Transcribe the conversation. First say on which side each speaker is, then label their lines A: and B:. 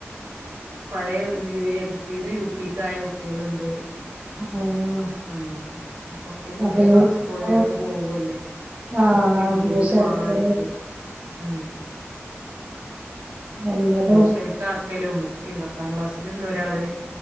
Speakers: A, on the right; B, on the right.
A: പഴയ എൽ. പി ന്ന് യു. പിക്ക് ആയ കുട്ടികളുണ്ട്
B: ആഹ്
A: ആണോ അപ്പൊക്കെയും പുതിയ
B: അപ്പൊ
A: ക്ലാസ്സ്
B: യൂണിഫോം
A: സ്കൂളിലേക്ക് പോവ്വ്വല്ലേ
B: ആഹ്
A: ഒക്കെയും
B: അഡ്മിഷൻ
A: പുതിയത് വേണം
B: എടുക്കല്
A: അവർക്ക് ഉം
B: എല്ലതും
A: ട്യൂഷനക്കെ ആക്കലും ഒക്കെയും പത്താം ക്ലാസിലൊണ്ടൊരാള്